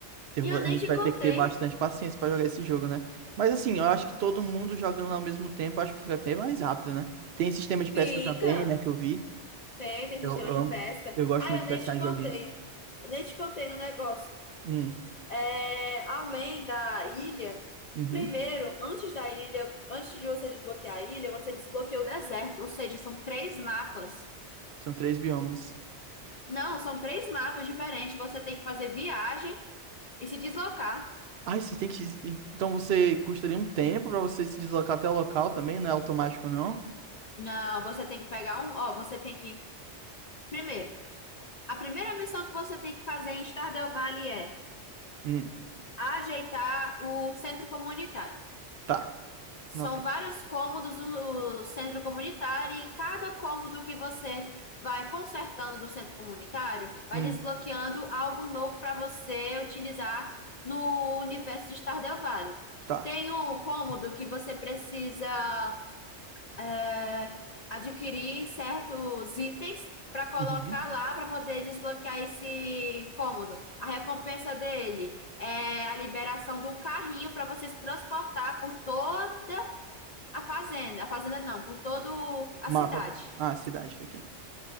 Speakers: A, on the right; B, on the left.
A: Teve-
B: E eu
A: A
B: nem
A: gente
B: te
A: vai
B: contei.
A: ter que ter bastante paciência pra jogar esse jogo, né? Mas assim, eu acho que todo mundo jogando ao mesmo tempo, acho que fica até mais rápido, né? Tem sistema de pesca
B: Fica!
A: também, né, que eu vi.
B: Tem, tem sistema
A: Eu, eu
B: de
A: amo-
B: pesca.
A: eu gosto
B: Ah,
A: muito
B: eu
A: de
B: nem
A: pescar
B: te
A: em
B: contei.
A: joguinho.
B: Eu nem te contei no negócio.
A: Hum,
B: É, além da ilha,
A: uhum.
B: primeiro, antes da ilha, antes de você desbloquear a ilha, você desbloqueia o deserto. Ou seja, são três mapas.
A: São três biomas.
B: Não, são três mapas diferentes. Você tem que fazer viagem e se deslocar.
A: Ai, você tem que. Então você custa ali um tempo pra você se deslocar até o local também, não é automático, não?
B: Não, você tem que pegar um. Ó, você tem que. Primeiro, a primeira missão que você tem que fazer em Stardew Valley é
A: Hum,
B: ajeitar o centro comunitário.
A: tá.
B: São
A: Nota.
B: vários cômodos do centro comunitário e cada cômodo que você vai consertando do centro comunitário vai
A: Hum,
B: desbloqueando algo novo para você utilizar no universo de Stardew Valley.
A: tá.
B: Tem um cômodo que você precisa é, adquirir certos itens para colocar
A: Uhum.
B: lá para poder desbloquear esse cômodo. A recompensa dele é a liberação de um carrinho para você se transportar por toda a fazenda, a fazenda não, por todo a
A: Mapa.
B: cidade.
A: Ah, cidade aqui.